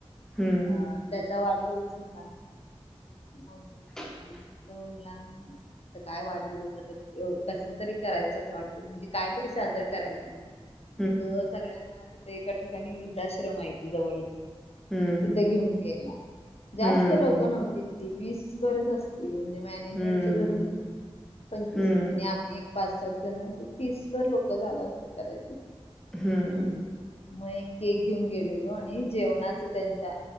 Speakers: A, in the centre; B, on the left.
A: हम्म
B: अ त्याचा वाढदिवस होता, मग
A: <unintelligible>
B: अं, तो म्हणला त काय वाढदिवस, आता कस तरी, करायचाच वाढदिवस, म्हणजे काय तरी साजरं करायच‌ं.
A: <inaudible>
B: म तो सगळ्यांना, तिथे एका ठिकाणी वृद्धाश्रम य, ते जवळच
A: हम्म
B: तिथं घेऊन गेला, जास्त
A: हम्म,
B: लोक नव्हती, ती वीसभरच अस म्हणजे मॅनेजमेंटचे
A: हम्म,
B: धरून, एक पंचवीस
A: हम्म,
B: आणि आम्ही एक पाच सात जण अस, तीसभर लोकं, झालं असल कदाचित,
A: हम्म,
B: ह्म. मग एक केक घेऊन गेलेलो, आणि जेवणाचं त्यांच्या,